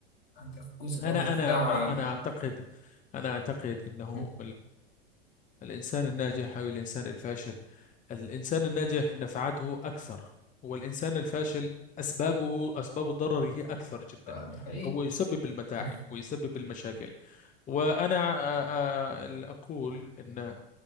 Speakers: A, on the left; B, on the left.
A: عندك جزء برضو
B: أنا
A: بتاع
B: أنا أنا أعتقد أنا أعتقد أنه
A: مم،
B: الإنسان الناجح أو الإنسان الفاشل الإنسان الناجح نفعته أكثر والإنسان الفاشل أسبابه أسباب ضرره أكثر جدا
A: آه، ده حقيقي
B: فهو يسبب المتاعب
A: مم،
B: ويسبب المشاكل وأنا آه، آه، أقول أن